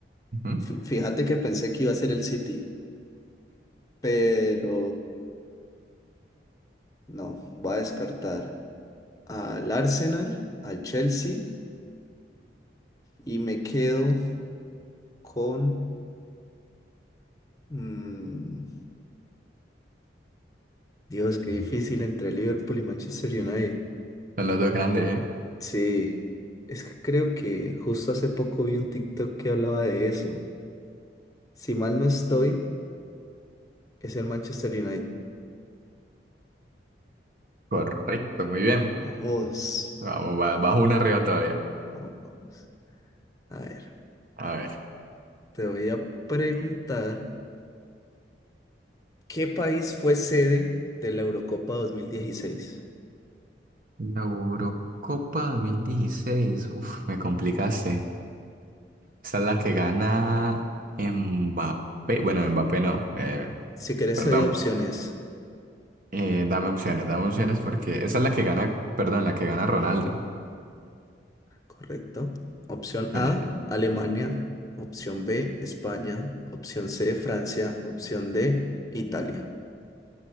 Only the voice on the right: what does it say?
Ujú.
Son los dos grandes, ¿eh?
Correcto, muy bien.
Vamos, ba- bajo una arriba todavía.
A ver.
La Eurocopa 2016. Uf, me complicaste. Esa es la que gana Mbappé. Bueno, Mbappé no, eh,
perdón.
Eh, dame opciones, dame opciones porque esa es la que gana, perdón, la que gana Ronaldo.
Eh,